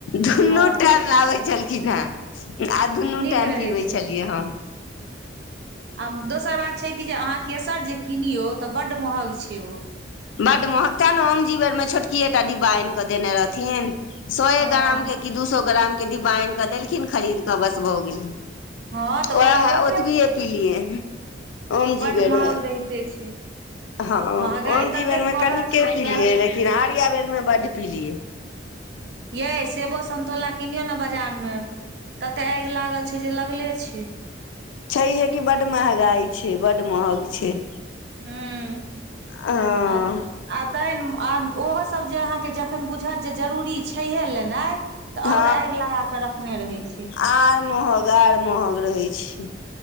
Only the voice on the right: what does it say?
हँ
नीक
रहै
छै
आ दोसर बात छै कि जे अहाँ केसर जे किनियौ तऽ बड़ महग छैय ओ
हँ
हँ तऽ
तऽ
होइते
छै
बड्ड
महग
रहिते छै
महगाई
ततेक
बढ़ल
छै एखन
ये सेबो संन्तोला किनियौ ने बाजार मे तते आगि लागल छै जे लगले छै
हू
आ। आ तखन ओहोसभ जे अहाँकेँ जखन बुझत जे जरूरी छैहे लेनाइ तऽ
आओर आगि लगा कऽ रखने रहै छै